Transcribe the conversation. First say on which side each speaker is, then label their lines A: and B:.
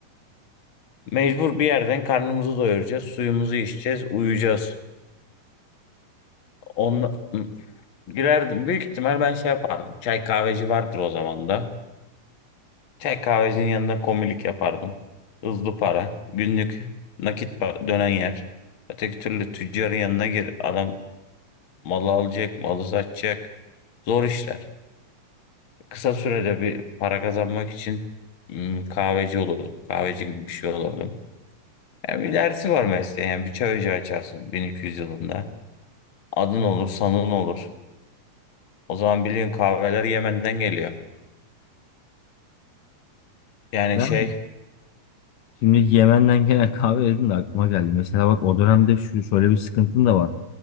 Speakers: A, on the left; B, on the left.
A: Mecbur bir yerden karnımızı doyuracağız, suyumuzu içeceğiz, uyuyacağız. Onla... Girerdim. Büyük ihtimal ben şey yapardım. Çay kahveci vardır o zaman da. Çay kahvecinin yanında komilik yapardım. Hızlı para. Günlük nakit pa- dönen yer. Öteki türlü tüccarın yanına gir. Adam malı alacak, malı satacak. Zor işler. Kısa sürede bir para kazanmak için mm, kahveci olurdum. Kahveci gibi bir şey olurdum. Yani bir dersi var mesleğe. Yani bir çay ocağı açarsın 1200 yılında. Adın olur, sanın olur. O zaman biliyorsun kahveler Yemen'den geliyor. Yani
B: Yani
A: şey...
B: şimdi Yemen'den gelen kahve dedim de aklıma geldi. Mesela bak o dönemde şu şöyle bir sıkıntın da var.